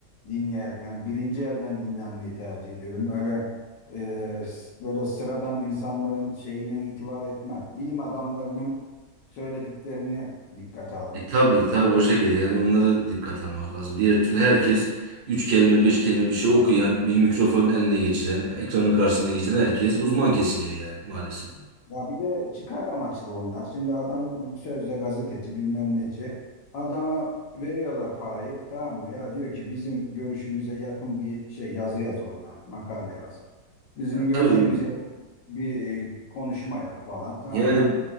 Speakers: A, on the left; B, on the right.
A: dinleyerek yani birinci elden dinlenmeyi tercih ediyorum. Öyle e, s- böyle sıradan insanların şeyine itibar etmem. Bilim adamlarının söylediklerini dikkate alırım.
B: E, tabii tabii o şekilde yani onlara dikkat almak lazım. Diğer türlü herkes üç kelime beş kelime bir şey okuyan bir mikrofonun eline geçiren ekranın karşısına geçen herkes uzman kesiliyor yani maalesef.
A: Ya bir de çıkar amaçlı onlar. Şimdi adam bir sözde gazeteci bilmem neci. Adama veriyorlar parayı tamam mı? Ya diyor ki bizim görüşümüze yakın bir şey yazı yaz oradan. Makale yaz. Bizim
B: Ya
A: görüşümüze
B: tabii
A: yakın bir e, konuşma yap falan tamam
B: yani
A: mı?